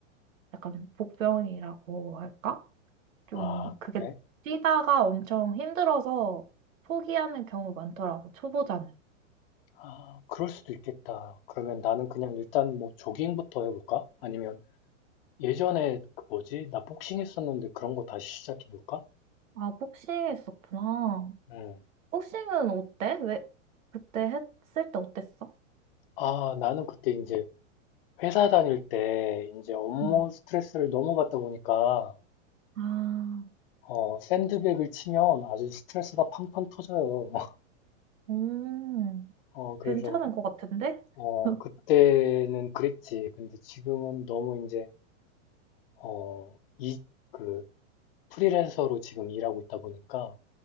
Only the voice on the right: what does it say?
약간 복병이라고 할까? 좀
그게
뛰다가 엄청 힘들어서 포기하는 경우 많더라고, 초보자는.
아, 복싱 했었구나.
복싱은 어때? 왜, 그때 했을 때 어땠어?
응.
아,
음,
괜찮은 것 같은데?
<laughs>